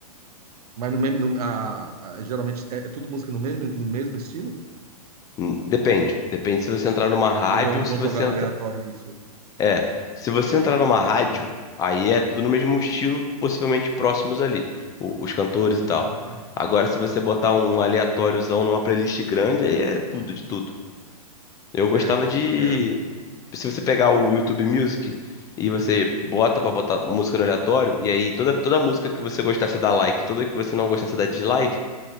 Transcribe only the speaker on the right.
Mas no mesmo, no- a- a- geralmente é, é tudo música no mesmo, no mesmo estilo?
Ou vão,
vão
jogando
aleatório isso?
É,
exatamente.
É,
é.